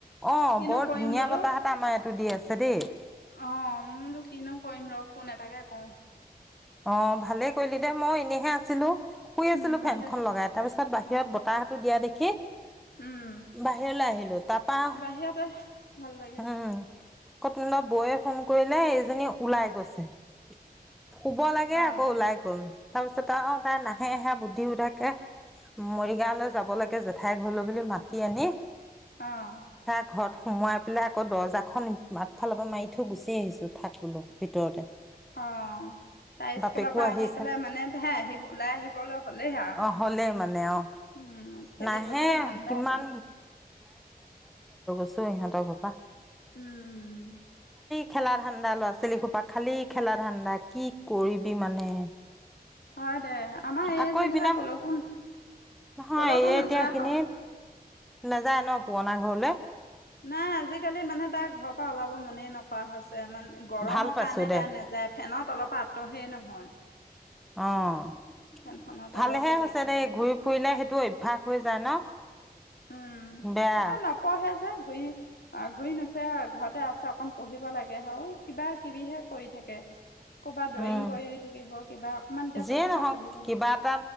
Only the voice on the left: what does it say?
কিনো
কৰিম
বোলো
অ মোৰো কিনো কৰিম ৰ ফোন এটাকে কওঁ
উম
বাহিৰ
অ'
উম
বাহিৰতে ভাল লাগে
অ'
অ'
অ তাই
স্কুলৰ পৰা
আহি পেলাই মানে তে আহি ওলাই আহিবলৈ হলেই আৰু
উম খেলিবলৈ
ধান্দা
আহিলে
উম উম
অ দে আমাৰ এই
যেনিবা
কলকো
কলকো
নোযোৱা
হ'ল
নাই আজিকালি মানে তাৰ ঘৰৰ পৰা ওলাব মনে নকৰা হৈছে। তেওঁ মানে গৰমৰ
কাৰণে
তাই নেযায় ফেনত। তলপাত। তহে নহয়।
ফেনখনৰ তলতে
তাইক লাগে।
উম,
এ নপঢ়ে যে, ঘূৰি আ ঘূৰি নু সেয়াই ঘৰতে আছে অকন পঢ়িব লাগে, হাউ কিবা কিবিহে কৰি থাকে। ক'ৰবাত ড্ৰয়িং
কৰি থাকিব কিবা অকমান এতিয়া
পৰীক্ষা
পঢ়িব
লাগে।